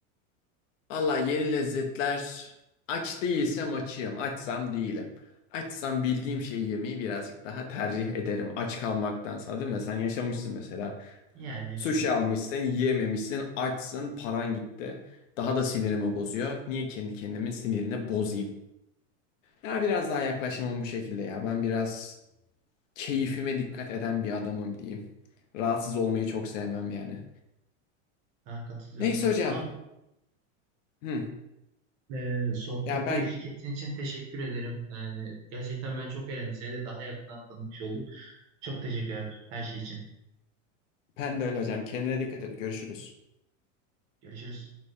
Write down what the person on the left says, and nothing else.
Vallahi yeni lezzetler aç değilsem açayım, açsam değilim. Açsam bildiğim şeyi yemeyi birazcık daha tercih ederim. Aç kalmaktansa değil mi? Sen yaşamışsın mesela.
Sushi almışsın, yiyememişsin, açsın, paran gitti. Daha da sinirimi bozuyor. Niye kendi kendimin sinirini bozayım? Ya biraz daha yaklaşımım bu şekilde ya. Ben biraz keyfime dikkat eden bir adamım diyeyim. Rahatsız olmayı çok sevmem yani.
Neyse
hocam.
Hı.
Ya ben
ben de öyle hocam. Kendine dikkat et. Görüşürüz.